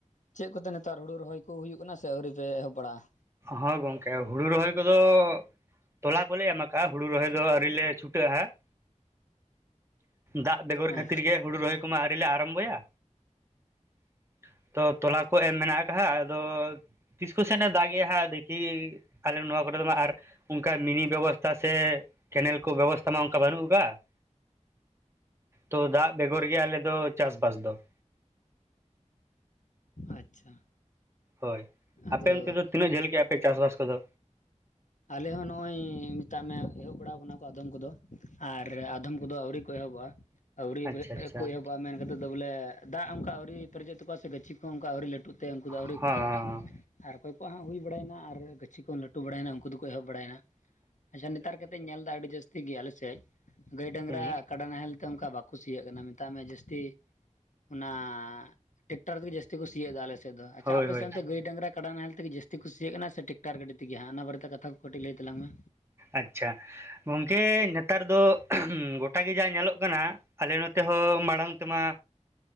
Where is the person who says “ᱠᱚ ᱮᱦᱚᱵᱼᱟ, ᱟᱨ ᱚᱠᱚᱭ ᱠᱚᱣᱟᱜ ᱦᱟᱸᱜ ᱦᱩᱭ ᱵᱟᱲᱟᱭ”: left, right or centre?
Left